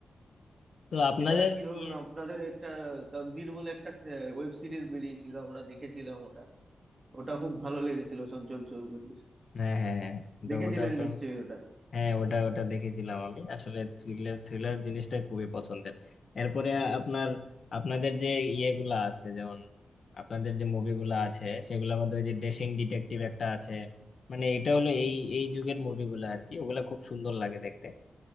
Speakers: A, on the left; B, on the right.
A: তো আপনাদের
B: এছাড়া কি ধরুন
A: ইয়ে
B: আপনাদের একটা তকদির বলে একটা ওয়েব সিরিজ বেরিয়েছিল আমরা দেখেছিলাম ওটা ওটা খুব ভালো লেগেছিল চঞ্চল চৌধুরীর
A: হ্যাঁ হ্যাঁ হ্যাঁ তো
B: দেখেছিলেন
A: ওটা ওটা
B: নিশ্চয়ই ওটা
A: হ্যাঁ ওটা ওটা দেখেছিলাম আমি আসলে থ্রিলার থ্রিলার জিনিসটা খুবই পছন্দের এরপরে আপনার আপনাদের যে ইয়েগুলা আছে যেমন আপনাদের যে মুভিগুলা আছে সেগুলোর মধ্যে ওই যে ডেসিং ডিটেকটিভ একটা আছে মানে এটা হলো এই এই যুগের মুভিগুলা আর কি ওগুলা খুব সুন্দর লাগে দেখতে